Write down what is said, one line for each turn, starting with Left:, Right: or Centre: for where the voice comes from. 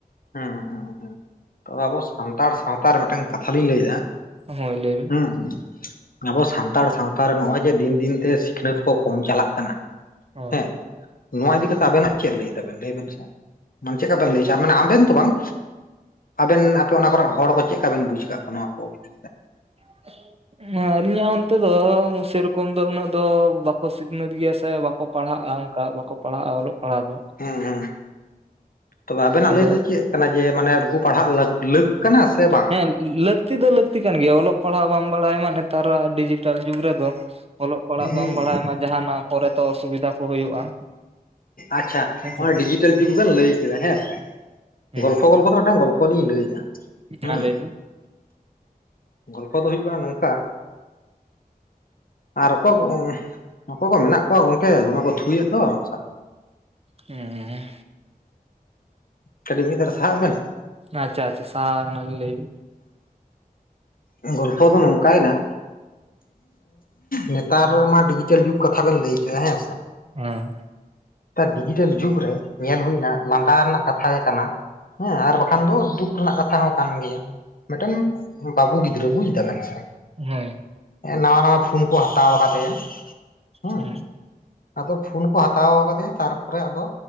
Left: ᱦᱮᱸ ᱦᱩᱸ ᱦᱩᱸ ᱛᱚ ᱟᱵᱚ ᱥᱟᱱᱛᱟᱲ ᱥᱟᱶᱛᱟ ᱨᱮ ᱢᱤᱫᱴᱟᱝ ᱠᱟᱛᱷᱟ ᱞᱤᱧ ᱞᱟᱹᱭ ᱮᱫᱟ?
Right: ᱦᱳ ᱞᱟᱹᱭᱵᱤᱱ?
Left: ᱦᱩᱸ ᱟᱵᱚ ᱥᱟᱱᱛᱟᱲ ᱥᱟᱶᱛᱟ ᱨᱮ ᱱᱚᱜ ᱚᱭ ᱡᱮ ᱫᱤᱱ ᱫᱤᱱ ᱛᱮ ᱥᱤᱠᱷᱱᱟᱹᱛ ᱠᱚ ᱠᱚᱢ ᱪᱟᱞᱟᱜ ᱠᱟᱱᱟ᱾
Right: ᱦᱳᱭ
Left: ᱦᱮᱸ ᱱᱚᱣᱟ ᱤᱫᱤ ᱠᱟᱛᱮᱜ ᱟᱵᱮᱱᱟᱜ ᱪᱮᱫ ᱞᱟᱹᱭ ᱛᱟᱵᱮᱱ, ᱞᱟᱹᱭ ᱵᱮᱱ ᱥᱮ, ᱪᱮᱫᱠᱟ ᱵᱮᱱ ᱞᱟᱹᱭ ᱦᱚᱮ ᱟᱢ? ᱟᱵᱮᱱ ᱛᱚ ᱵᱟᱝ ᱟᱵᱮᱱ ᱟᱯᱮ ᱚᱱᱟ ᱠᱚᱨᱮ ᱦᱚᱲ ᱠᱚ ᱪᱮ ᱠᱟ ᱵᱮᱱ ᱵᱩᱡ ᱟᱠᱟᱫ ᱠᱚᱣᱟ ᱱᱚᱣᱟ ᱠᱚ ᱤᱫᱤ ᱠᱟᱛᱮ?
Right: <inaudible> ᱟᱹᱞᱤᱧᱟᱜ ᱚᱱᱛᱮ ᱫᱚ ᱥᱮᱨᱚᱠᱚᱢ ᱫᱚ ᱩᱱᱟᱹᱜ ᱫᱚ, ᱵᱟᱠᱚ ᱥᱤᱠᱷᱱᱟᱹᱛ ᱜᱮᱭᱟ ᱥᱮ ᱵᱟᱠᱚ ᱯᱟᱲᱦᱟᱜᱼᱟ᱾ ᱚᱝᱠᱟ ᱵᱟᱠᱚ ᱯᱟᱲᱦᱟᱜᱼᱟ᱾ ᱚᱞᱚᱜ ᱯᱟᱲᱦᱟᱜ ᱫᱚ᱾
Left: ᱦᱮᱸ ᱦᱮᱸ ᱛᱚᱵᱮ ᱟᱵᱮᱱᱟᱜ
Right: ᱟᱫᱚ
Left: ᱞᱟᱹᱭ ᱫᱚ ᱪᱮᱫ? ᱠᱟᱱᱟ ᱡᱮ, ᱢᱟᱱᱮ ᱩᱱᱠᱩ ᱯᱟᱲᱦᱟᱜ ᱞᱟᱠ ᱞᱟᱹᱠ ᱠᱟᱱᱟ ᱥᱮ ᱵᱟᱝ?
Right: ᱦᱮᱸ ᱞᱟᱹᱠᱛᱤ ᱫᱚ ᱞᱟᱹᱠᱛᱤ ᱠᱟᱱ ᱜᱮᱭᱟ, ᱚᱞᱚᱜ ᱯᱟᱲᱦᱟᱜ ᱵᱟᱢ ᱵᱟᱲᱟᱭ ᱢᱟ ᱱᱮᱛᱟᱨᱟᱜ ᱰᱤᱡᱤᱴᱟᱞ ᱡᱩᱜᱽ ᱨᱮᱫᱚ᱾ ᱚᱞᱚᱜ ᱯᱟᱲᱦᱟᱜ
Left: ᱦᱮᱸ
Right: ᱵᱟᱢ ᱵᱟᱲᱟᱭ ᱢᱟ ᱡᱟᱦᱟᱱᱟᱜ ᱯᱚᱨ ᱛᱚ ᱚᱥᱩᱵᱤᱫᱟ ᱠᱚ ᱦᱩᱭᱩᱜᱼᱟ᱾
Left: ᱟᱪᱪᱷᱟ
Right: ᱦᱮᱸᱥᱮ
Left: ᱚᱱᱟ ᱰᱤᱡᱤᱴᱟᱞ ᱡᱩᱜᱽ ᱵᱮᱱ ᱞᱟᱹᱭ ᱠᱮᱫᱟ ᱦᱮᱸᱥᱮ
Right: ᱦᱮᱸ
Left: ᱜᱚᱞᱯᱷᱚ ᱜᱚᱞᱯᱷᱚ ᱛᱮ ᱢᱤᱴᱟᱝ ᱜᱚᱞᱯᱷᱚ ᱞᱤᱧ ᱞᱟᱹᱭ ᱮᱫᱟ ᱦᱮᱸ
Right: ᱢᱟ ᱞᱟᱹᱭ ᱵᱤᱱ
Left: ᱜᱚᱞᱯᱷᱚ ᱫᱚ ᱦᱩᱭᱩᱜ ᱠᱟᱱᱟ᱾ ᱱᱚᱝᱠᱟ ᱟᱨ ᱚᱠᱚᱭ ᱠᱚ ᱚᱠᱚᱭ ᱠᱚ ᱢᱮᱱᱟᱜ ᱠᱚᱣᱟ ᱜᱚᱝᱠᱮ ᱫᱚᱢᱮ ᱠᱚ ᱛᱷᱩᱭᱮᱫ ᱫᱚ᱾ <inaudible>
Right: ᱦᱩᱸᱸᱸ
Left: ᱠᱟᱹᱴᱤᱡ ᱢᱤᱫ ᱫᱷᱟᱣ ᱨᱮ ᱥᱟᱦᱟᱜ ᱵᱮᱱ
Right: ᱟᱪᱪᱷᱟ ᱟᱪᱪᱷᱟ ᱥᱟᱦᱟ ᱠᱟᱱᱟᱞᱤᱧ ᱞᱟᱹᱭ ᱵᱤᱱ?
Left: ᱩᱸ ᱜᱚᱞᱯᱚ ᱫᱚ ᱱᱚᱝ ᱠᱟᱭᱱᱟ ᱱᱮᱛᱟᱨ ᱢᱟ ᱰᱤᱡᱤᱴᱮᱞ ᱡᱩᱜᱽ ᱠᱟᱛᱷᱟ ᱵᱮᱱ ᱞᱟᱹᱭ ᱠᱮᱫᱟ ᱦᱮᱸ ᱥᱮ᱾
Right: ᱦᱩᱸ
Left: ᱱᱮᱛᱟᱨ ᱰᱤᱡᱤᱴᱮᱞ ᱡᱩᱜᱽ ᱨᱮ ᱧᱮᱞ ᱦᱩᱭᱱᱟ᱾ ᱞᱟᱸᱫᱟ ᱨᱮᱱᱟᱜ ᱠᱟᱛᱷᱟ ᱜᱮ ᱠᱟᱱᱟ᱾ ᱦᱮᱸ ᱟᱨ ᱵᱟᱠᱷᱟᱱ ᱫᱚ ᱫᱩᱠ ᱨᱮᱱᱟᱜ ᱠᱟᱛᱷᱟ ᱦᱚᱸ ᱠᱟᱱ ᱜᱮᱭᱟ᱾ ᱢᱤᱫᱴᱮᱱ ᱵᱟᱹᱵᱩ ᱜᱤᱫᱽᱨᱟᱹ ᱵᱩᱡ ᱫᱟ ᱵᱮᱱ ᱥᱮ
Right: ᱦᱩᱸ
Left: ᱱᱟᱣᱟ ᱱᱟᱣᱟ ᱯᱷᱩᱱ ᱠᱚ ᱦᱟᱛᱟᱣ ᱟᱠᱟᱫᱮᱭᱟ ᱦᱩᱸ
Right: ᱦᱮᱸ
Left: ᱟᱫᱚ ᱯᱷᱩᱱ ᱠᱚ ᱦᱟᱛ ᱦᱟᱛᱟᱣ ᱠᱟᱫᱮᱭᱟ ᱛᱟᱨᱯᱚᱨᱮ ᱟᱫᱚ,